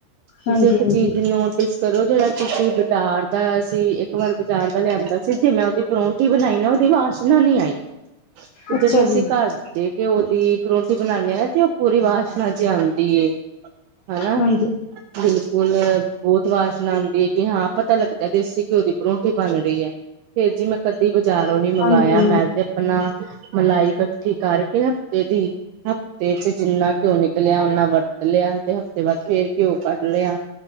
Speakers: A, on the right; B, on the left.
A: ਤੁਸੀਂ
B: ਹਾਂਜੀ
A: ਇੱਕ
B: ਹਾਂਜੀ
A: ਚੀਜ਼ ਦੀ ਨੋਟਿਸ ਘਰੋ ਜਿਹੜਾ ਚ ਬਾਜ਼ਾਰ ਦਾ ਸੀ। ਇੱਕ ਵਾਰ ਬਾਜ਼ਾਰ ਦਾ ਲਿਆਂਦਾ ਸੀ, ਜੇ ਮੈਂ ਉਹਦੀ ਪਰੌਂਠੀ ਬਣਾਈ ਨਾ ਉਹਦੀ ਵਾਸ਼ਨਾ ਨੀ ਆਈ। ਤੇ
B: ਅੱਛਾ
A: ਜਿਹੜੀ ਅਸੀਂ
B: ਜੀ
A: ਘਰ ਦੇ ਘਓ ਦੀ ਪਰੋਟੀ ਬਣਾਦੇ ਹਾਂ ਨਾ ਤੇ ਉਹ ਪੂਰੀ ਵਾਸ਼ਨਾ ਜੀ ਆਉਂਦੀ ਹਨਾ
B: ਹਾਂਜੀ
A: ਬਿਲਕੁਲ ਬਹੁਤ ਵਾਸ਼ਨਾ ਆਉਂਦੀ ਹੈ ਕਿ ਹਾਂ ਪਤਾ ਲੱਗਦਾ ਦੇਸੀ ਘਿਓ ਦੀ ਪਰੋਂਠੀ ਬਣ ਰਹੀ ਹੈ। ਫੇਰ ਜੀ ਮੈਂ ਕਦੀ ਬਾਜ਼ਾਰੋਂ
B: ਹਾਂਜੀ
A: ਨੀ ਮੰਗਵਾਆ
B: ਹਾਂਜੀ
A: ਮੈਂ ਤੇ ਆਪਣਾ ਮਲਾਈ ਇਕੱਠੀ ਕਰ ਕੇ ਹਫ਼ਤੇ ਦੀ ਹਫ਼ਤੇ ਚ ਜਿੰਨਾ ਘਿਉ ਨਿਕਲਿਆ ਨਾ ਵਰਤ ਲਿਆ ਤੇ ਹਫਤ ਤੇ ਬਸ ਫੇਰ ਘਿਓ ਕੱਢ ਲਿਆ।